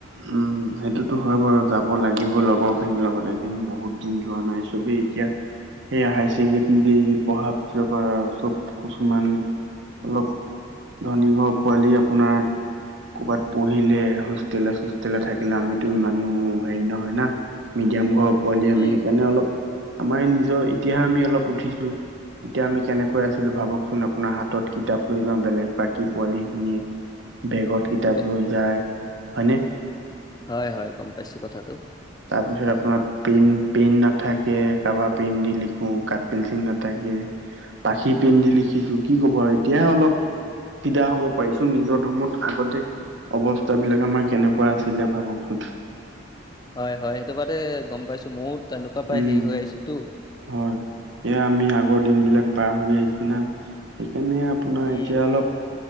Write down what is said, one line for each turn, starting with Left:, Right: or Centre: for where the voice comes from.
Right: উম সেইটোতো হয় বাৰু যাব লাগিব লগৰখিনিৰ লগত এদিন বহুত, দিন যোৱা নাই চবেই এতিয়া, সেই হায়াৰ ছেকেণ্ডৰী পঢ়াৰ পিছৰ পৰা চব কিছুমান, অলপ ধনী ঘৰ পোৱালি আপোনাৰ কৰ'বাত পঢ়িলে হোষ্টেলে চোষ্টলে থাকিলে আমিতো ইমানো হেৰি নহয় না মিডিয়াম ঘৰ, পোৱালি
Left: উম,
Right: আমি সেইকাৰণে অলপ আমাৰ নিজৰ এতিয়া আমি অলপ উঠিছো, তেতিয়া আমি কেনেকৈ
Left: উম,
Right: আছিলো ভাবকচোন আপোনাৰ হাতত কিতাপ লৈ যাওঁ বেলেগ বাকী পোৱালি খিনিয়ে। বেগত কিতাপ
Left: বে-
Right: লৈ যায় হয়নে।
Left: হয় হয় গম পাইছো কথাটো।
Right: তাৰ পিছত আপোনাৰ পেইন পেইন নাথাকে কাৰোবাৰ পেইন দি লিখো কাঠ পেঞ্চিল নাথাকে। পাখি পিন্ধি লিখিছো কি ক'ব আৰু এতিয়া অলপ, চিধা হ'ব পাৰিছো, নিজৰ দোমত আগতে অৱস্থা বিলাক আমাৰ কেনেকুৱা আছিলে, ভাবকচোন।
Left: হয়, হয় সেইটো বাদে গম পাইছো। মোউ তেনেকুৱা পাই
Right: উম,
Left: হেৰি হৈ আহিছো তো।
Right: হয়, এয়া আমি আগৰ দিনবিলাক পাহৰি আহিছোঁ না। সেইকাৰণে আপোনাৰ
Left: উম,
Right: এতিয়া অল